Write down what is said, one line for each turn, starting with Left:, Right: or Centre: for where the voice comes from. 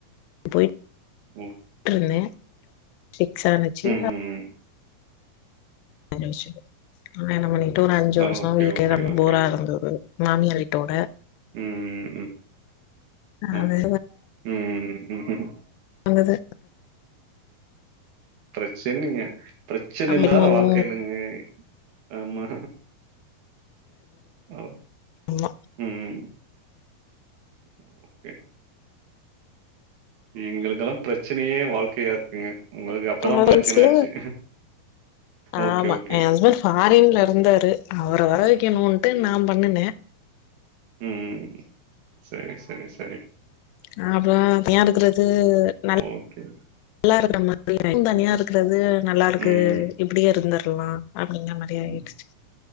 Left: போய்
Right: ம்
Left: பொய்ட்ருந்தே ஃபிக்ஸ் ஆனுச்சி
Right: ம், ம், ம்.
Left: மேரேஜ்ஜூ ஆன என்ன பண்ணிட்டு ஒரு அஞ்சு வர்ஷோ
Right: ஓகே,
Left: வீட்லே
Right: ஓகே,
Left: கடந்து
Right: ஓகே.
Left: போரா இருந்துது மாமியார் வீட்டோட
Right: ம் ம் ம்
Left: அது
Right: ஓகே ம்ம்
Left: அந்தது
Right: பிரச்சன்னீங்க பிரச்சன
Left: அம்மாவு
Right: இல்லாத வாழ்க்க என்னங்க ஆமா ஒ
Left: ஆமா
Right: ம் ம் ஓகே எங்களுக்கெல்லாம் பிரச்சனையே வாழ்க்கையா இருக்குங்க உங்களுக்கு அப்பதா
Left: டிராவல்ஸ்ல
Right: பிரச்சன ஆச்சு
Left: ஆமா
Right: ஓகே ஓகே
Left: என் ஹஸ்பண்ட் ஃபாரின்ல இருந்தாரு அவர வர வைக்கணுன்ட்டு நா பண்ணுனே
Right: ம் ம் சரி சரி ச
Left: அ அப்ற தனியா இருக்கறது நல்
Right: ஓகே.
Left: நல்லாருக்குறமாரி தனியா இருக்குறது நல்லா இருக்கு
Right: ம்.
Left: இப்டியே இருந்துரலா அப்டிங்க மாரி ஆயிடுச்சு
Right: ம்.